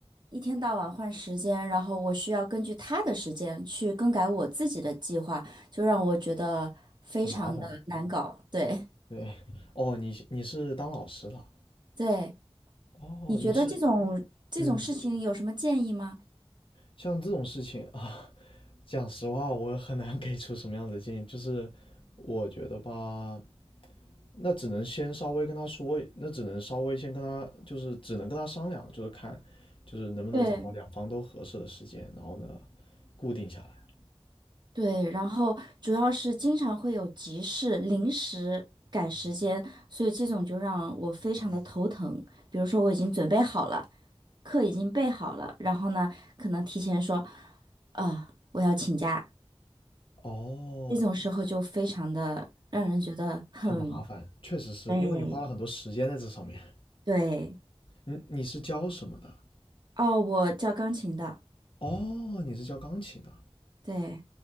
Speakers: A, on the right; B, on the left.
A: 一天到晚换时间，然后我需要根据他的时间去更改我自己的计划，就让我觉得非常的难搞。
B: 很麻烦。
A: 对
B: 对，<laughs> 哦，你是你是当老师的？
A: 对，
B: 哦，
A: 你觉得这种这种事情有什么建议吗？
B: 你是，嗯，像这种事情啊，<laughs> 讲实话，我很难给出什么样子的建议。就是我觉得吧，那只能先稍微跟他说，那只能稍微先跟他，就是只能跟他商量，就是看，就是能不能找到两方都合适的时间，
A: 对，
B: 然后呢，固定下来。
A: 对，然后主要是经常会有急事，临时改时间，所以这种就让我非常的头疼。比如说我已经准备好了，课已经备好了，然后呢，可能提前说，啊、我要请假，
B: 哦，
A: 这种时候就非常的让人觉得很，
B: 很麻烦，确实是因为你花了很多时间在这上面。
A: 对，对，
B: 你你是教什么的？
A: 哦，我教钢琴的，
B: 哦，你是教钢琴的。
A: 对，